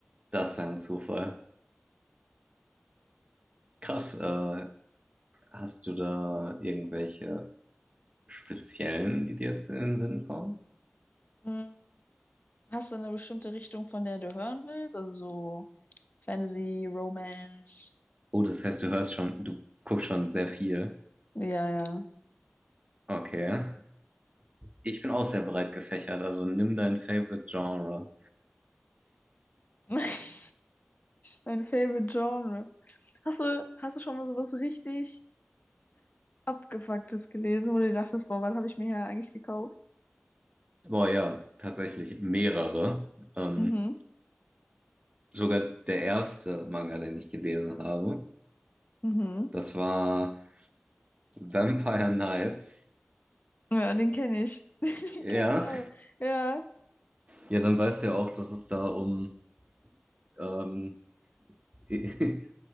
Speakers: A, on the right; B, on the left.
A: Das war ein Zufall. Krass, äh, hast du da irgendwelche speziellen, die dir jetzt in den Sinn kommen?
B: Mm, Hast du eine bestimmte Richtung, von der du hören willst? Also so Fantasy, Romance.
A: Oh, das heißt, du hörst schon, du guckst schon sehr viel.
B: Ja, ja.
A: Okay. Ich bin auch sehr breit gefächert, also nimm dein Favorite Genre.
B: <laughs> Mein Favorite Genre. Hast du, hast du schon mal sowas richtig Abgefucktes gelesen, wo du dir dachtest, boah, was habe ich mir hier eigentlich gekauft?
A: Boah, ja, tatsächlich mehrere. Ähm,
B: Mhm.
A: sogar der erste Manga, den ich gelesen habe.
B: Mhm.
A: Das war Vampire Nights.
B: Ja, den kenne ich. <laughs> Den
A: Ja.
B: kenne ich auch. Ja,
A: Ja, dann weißt du ja auch, dass es da um ähm, <laughs>